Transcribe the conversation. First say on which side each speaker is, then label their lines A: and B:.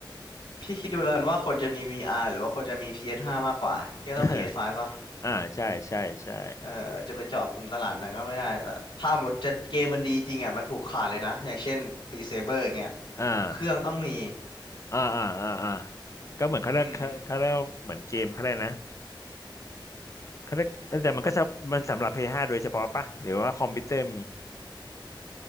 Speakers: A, on the left; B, on the left.
A: พี่คิดดูแล้วกันว่าคนจะมี VR หรือว่าคนจะมี PS5 มากกว่าพี่ก็ต้อง
B: <laughs> เออ
A: PS5 ป่ะ
B: อ่าใช่ใช่ใช่
A: เออจะไปเจาะกลุ่มตลาดนั้นก็ไม่ได้แต่ถ้าหมดจะเกมมันดีจริงอ่ะมันผูกขาดเลยนะอย่างเช่นปีเซเบอร์อย่างเงี้ยทุกเครื่องต้องมี
B: อ่าอ่าอ่าอ่าอ่าก็เหมือนเขาเรียกเขาเขาเรียกว่าเหมือนเกมเขาเรียกนะ
A: อืม
B: เขาเรียกแต่มันก็จะมันสำหรับ p ้5โดยเฉพาะปะหรือว่าคอมพิวเตอร์มี